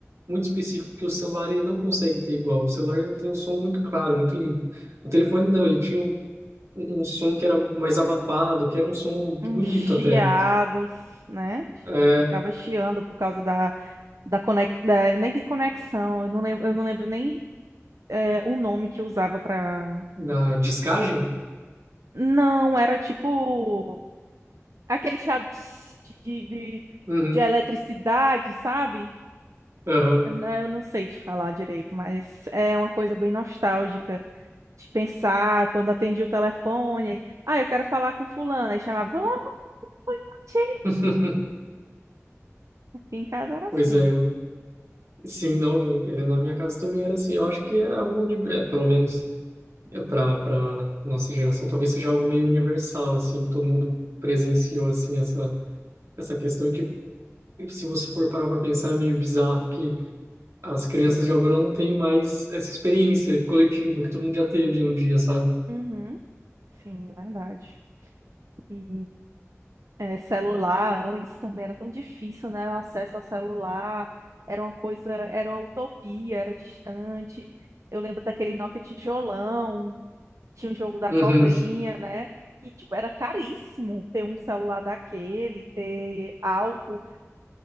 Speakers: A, on the right (about 65°); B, on the right (about 75°).
A: muito específico que o celular, ele não consegue ter igual. O celular, ele tem um som muito claro, muito limpo. O telefone, não, ele tinha um, um um som que era mais abafado, que era um som bonito
B: Um chiado,
A: até.
B: né?
A: É,
B: Ficava chiando por causa da, da conexão, nem que conexão, eu não lembro, eu não lembro nem é, o nome que usava pra.
A: da discagem?
B: Não, era tipo aquele chiado tss, de, de, de
A: Uhum.
B: de eletricidade, sabe?
A: Aham.
B: Né, Eu não sei te falar direito, mas é uma coisa bem nostálgica. de pensar quando atendia o telefone. Ah, eu quero falar com fulano. Aí chamava, fulano, o telefone tá cheio.
A: <laughs>
B: Aqui em casa era assim.
A: Pois é, eu, sim, não, e na minha casa também era assim. Eu acho que é algo, uni- é, pelo menos para para nossa geração, talvez seja algo meio universal, assim, que todo mundo presenciou, assim, essa, essa questão e que, se você for parar para pensar, é meio bizarro que as crianças de agora não têm mais essa experiência coletiva que todo mundo já teve em um dia, sabe?
B: Uhum. Sim, verdade. E é, celular antes também era tão difícil, né? O acesso ao celular era uma coisa, era uma utopia, era distante. Eu lembro daquele Nokia tijolão, que tinha um jogo da
A: Uhum,
B: cobrinha, né? E tipo, era caríssimo ter um celular daquele, ter algo.